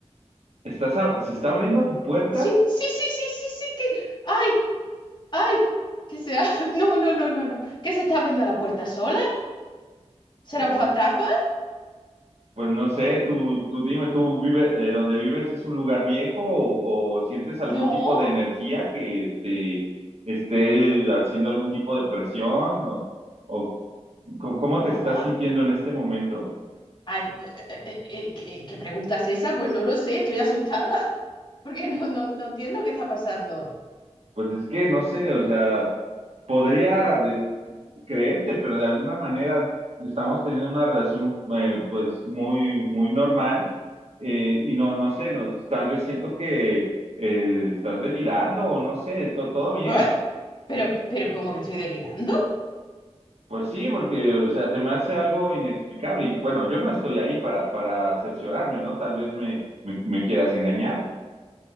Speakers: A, on the right (about 65°); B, on the left (about 40°).
A: estás, a- se está abriendo tu puerta?
B: Sí, sí, sí, sí, sí, sí, que, ay, ay, que sea, <laughs> no, no, no, no, no, que se está abriendo la puerta sola. ¿Será
A: o
B: un fantasma?
A: Pues no sé, tú, tú dime, ¿tú vives, eh, donde vives es un lugar viejo o, o sientes
B: No,
A: algún tipo de energía que te esté haciendo algún tipo de presión o, o co- cómo
B: no.
A: te estás sintiendo en este momento?
B: Ay, p- eh, eh, eh, ¿qué, eh, qué pregunta es esa? Pues no lo sé, estoy asustada, porque no, no, no entiendo qué está pasando.
A: Pues es que no sé, o sea, podría de- creerte, pero de alguna manera estamos teniendo una relación eh, pues muy, muy normal eh, y no, no sé, no, tal vez siento que eh, estás delirando o no sé, ¿to- ¿todo bien?
B: ¿Eh? Pero, pero, ¿cómo que estoy delirando?
A: Pues sí, porque, o sea, se me hace algo inexplicable. Y bueno, yo no estoy ahí para, para cerciorarme, ¿no? Tal vez me, me, me quieras engañar.